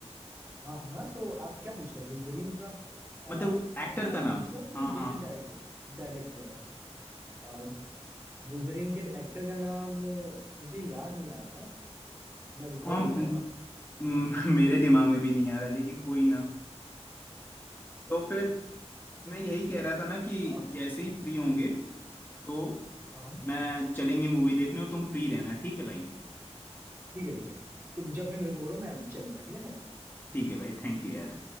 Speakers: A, on the right (about 20°); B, on the left (about 20°).
A: हाँ हाँ तो आप क्या पूछ रहे हो वुल्वरीन का
B: मतलब एक्टर
A: एक्टर का
B: का
A: नाम
B: नाम
A: पूछ रहे हो कि
B: हाँ हाँ
A: जिसने डायरेक्ट डायरेक्ट किया था आ, वुल्वरीन के एक्टर का नाम अ, मुझे याद नहीं आ रहा है मैं रिकॉल
B: हाँ म-
A: नहीं कर पा रहा हूँ
B: म- मेरे दिमाग में भी नहीं आ रहा लेकिन कोई ना तो फिर मैं यही कह रहा था ना कि
A: अ,
B: जैसे ही फ्री होंगे तो
A: हाँ हाँ
B: मैं चलेंगे मूवी देखने और तुम फ्री रहना ठीक है भाई
A: ठीक है ठीक है ठीक है तुम जब भी मेरे को बोलो मैं चलूंगा ठीक है भाई
B: ठीक है भाई थैंक यू यार